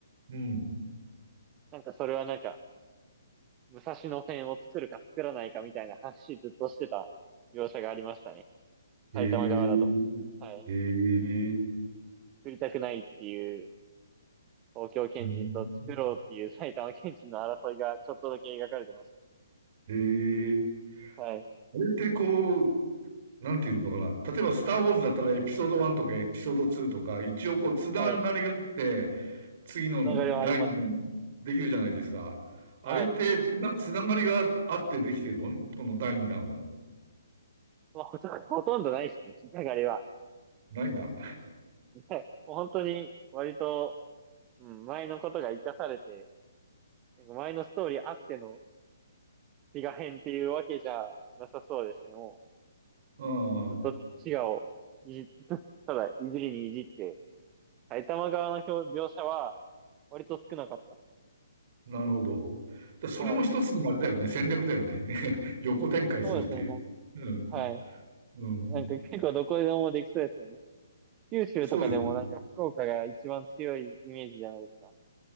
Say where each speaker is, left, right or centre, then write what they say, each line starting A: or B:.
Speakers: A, on the right; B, on the right.
A: うん。
B: なんかそれはなんか、武蔵野線を作るか作らないかみたいな話ずっとしてた描写がありましたね。
A: へえ。
B: 埼玉側だと。はい。
A: へえ。
B: 作りたくないっていう東京県人と作ろうっていう埼玉県人の争いがちょっとだけ描かれてましたね。
A: うんええ
B: はい。
A: あれってこう、なんていうのかな。例えば、スター・ウォーズだったらエピソード1とかエピソード2とか、一応こう、つながりがあって、
B: はい。
A: 次の第二できるじゃないですか。
B: 流れはありますね。
A: あれってつな、
B: はい。
A: つながりがあってできてるのこの第2弾も。
B: まあ、ほとほとんどないですね、流れは。
A: ないんだ。
B: はい。もう本当に割と、うん、前のことが活かされて、なんか前のストーリーあってのピガ編っていうわけじゃなさそうですね。も
A: うん。
B: う、ずっと滋賀をいじ、<laughs> ただいじりにいじって、埼玉側の表描写は割と少なかっ
A: なるほど。だそれも一つのあれだよね。
B: た。はい。
A: 戦略だよね。<laughs> 横展開するっていう。
B: そうですね。なんか、
A: うん。
B: はい。
A: うん。
B: なんか結構どこでもできそうですよね。九州とかでもなんか福岡が一番強いイメージじゃないですか。
A: そうですよ。